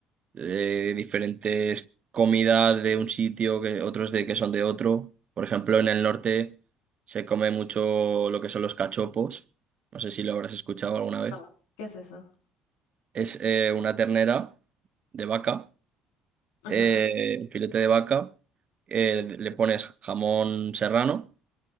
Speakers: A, on the right (about 45°); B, on the left (about 80°).
A: eh, diferentes comidas de un sitio, que otros de que son de otro. Por ejemplo, en el norte se come mucho lo que son los cachopos. No sé si lo habrás escuchado alguna vez.
B: no, ¿qué es eso?
A: Es eh, una ternera de vaca
B: Ajá.
A: eh, un filete de vaca, eh, le pones jamón serrano,